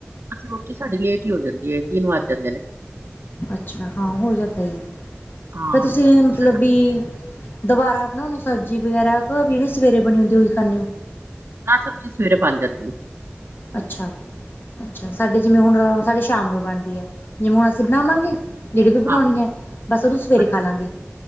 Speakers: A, on the right (about 75°); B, on the left (about 55°).
A: ਰੋਟੀ ਸਾਡੀ ਲੇਟ ਹੀ ਹੋ ਜਾਂਦੀ ਹੈਏ ਤਿੰਨ ਵੱਜ ਜਾਂਦੇ ਨੇ।
B: ਅੱਛਾ ਹਾਂ ਹੋ ਜਾਂਦਾ ਜੀ
A: ਹਾਂ,
B: ਫਿਰ ਤੁਸੀਂ
A: ਕਿਉਂਕਿ ਸਵੇਰੇ
B: ਮਤਲਬ
A: ਨਾ,
B: ਵੀ। ਦੁਬਾਰਾ ਬਣਾਣੇ ਸਬਜ਼ੀ ਵਗੈਰਾ ਜਿਹੜੇ ਸਵੇਰੇ ਬਣੀ ਹੁੰਦੀ ਓਹੀ ਖਾਣੇ ਓ।
A: ਨਾ ਸਬਜ਼ੀ ਸਵੇਰੇ ਬਣ ਜਾਂਦੀ ਆ।
B: ਅੱਛਾ-ਅੱਛਾ ਸਾਡੀ। ਜਿਵੇਂ ਹੁਣ ਸਾਡੇ ਸ਼ਾਮ ਨੂੰ ਬਣਦੀ ਐ ਜਿਵੇਂ ਹੁਣ ਅਸੀਂ
A: ਅੱਛਾ,
B: ਬਣਾਵਾਂਗੇ। ਜਿਹੜੀ ਵੀ ਬਣਾਉਣੀ
A: ਹਾਂ,
B: ਐ ਬਸ ਉਹਨੂੰ ਸਵੇਰੇ
A: ਅੱਛਾ,
B: ਖਾ ਲਵਾਂਗੇ।